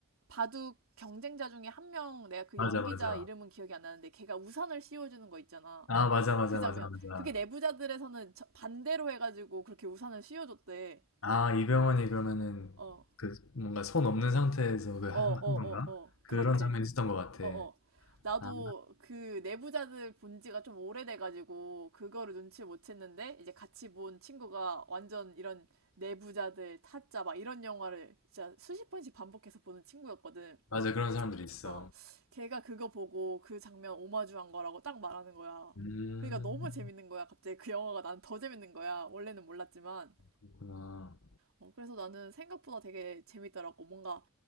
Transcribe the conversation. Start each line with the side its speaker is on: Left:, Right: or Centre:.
Right: 바둑 경쟁자 중에 한 명 내가 그
Left: 맞아,
Right: 연기자
Left: 맞아.
Right: 이름은 기억이 안 나는데 걔가 우산을 씌워주는 거 있잖아.
Left: 아, 맞아, 맞아,
Right: 그 장면.
Left: 맞아, 맞아.
Right: 그게 내부자들에서는 저- 반대로 해가지고 그렇게 우산을 씌워줬대.
Left: 아, 이병헌이 그러면은
Right: 어,
Left: 그 뭔가 손 없는 상태에서 그 한,
Right: 어, 어,
Left: 한 건가?
Right: 어, 어.
Left: 그런
Right: 그렇대.
Left: 장면이 있었던 것 같아.
Right: 어어. 나도
Left: 아,
Right: 그 내부자들 본 지가 좀 오래돼가지고 그거를 눈치 못 챘는데 이제 같이 본 친구가 완전 이런 내부자들 타짜 막 이런 영화를 진짜 수십 번씩 반복해서 보는 친구였거든.
Left: 맞아. 그런 사람들이 있어.
Right: 어. 걔가 그거 보고 그 장면 오마주한 거라고 딱 말하는 거야.
Left: 음,
Right: 그러니까 너무 재밌는 거야. 갑자기 그 영화가 난 더 재밌는 거야. 원래는 몰랐지만.
Left: 그렇구나.
Right: 어, 그래서 나는 생각보다 되게 재밌더라고. 뭔가